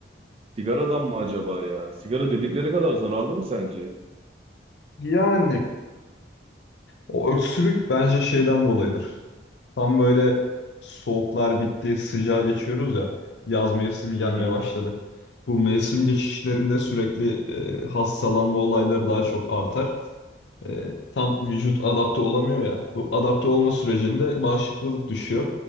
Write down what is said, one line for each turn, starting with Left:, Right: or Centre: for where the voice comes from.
Right: Sigaradan mı acaba ya? Sigara dedikleri kadar zararlı mı sence?
Left: Yani O öksürük bence şeyden dolayıdır. Tam böyle soğuklar bitti, sıcağa geçiyoruz ya. Yaz mevsimi gelmeye
Right: Hı hı.
Left: başladı. Bu mevsim geçişlerinde sürekli e, hastalanma olayları daha çok artar. E, tam vücut adapte olamıyor ya. Bu adapte olma sürecinde bağışıklılık düşüyor.